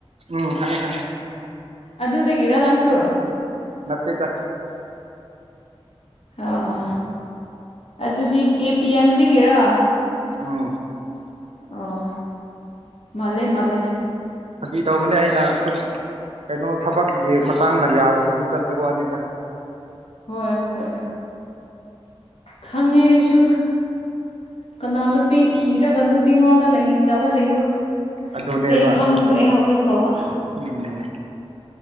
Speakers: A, on the right; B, on the left.
A: ꯎꯝ ꯈꯪꯉꯦ ꯈꯪꯉꯦ
B: ꯑꯗꯨꯗꯒꯤꯔ ꯅꯪꯁꯨ
A: ꯅꯠꯇꯦꯗ
B: ꯑꯣ ꯑꯗꯨꯗꯤ ꯀꯦ ꯄꯤ ꯑꯦꯝꯗꯒꯤꯔꯣ
A: ꯑ
B: ꯑꯣ ꯃꯂꯦ ꯃꯂꯦ
A: ꯐꯥꯒꯤ ꯇꯧꯕꯅꯤ ꯑꯩꯅ ꯁꯨꯝ ꯀꯩꯅꯣ ꯊꯕꯛꯀꯤ ꯃꯇꯥꯡꯅ ꯌꯥꯗꯕꯒꯤ ꯆꯠꯄꯒꯤ ꯋꯥꯅꯤꯗ
B: ꯍꯣꯏ ꯍꯣꯏ ꯈꯪꯉꯦ ꯑꯩꯁꯨ ꯀꯅꯥ ꯅꯨꯄꯤ ꯊꯤꯔꯒ ꯅꯨꯄꯤꯉꯣꯟꯗ ꯂꯩꯅꯤꯡꯗꯕ ꯂꯩꯕ꯭ꯔꯣ
A: ꯑꯗꯨꯅꯦꯕ
B: ꯑꯩ ꯈꯪꯗ꯭ꯔꯦ ꯍꯧꯖꯤꯛ ꯐꯥꯎꯕ
A: ꯎꯝ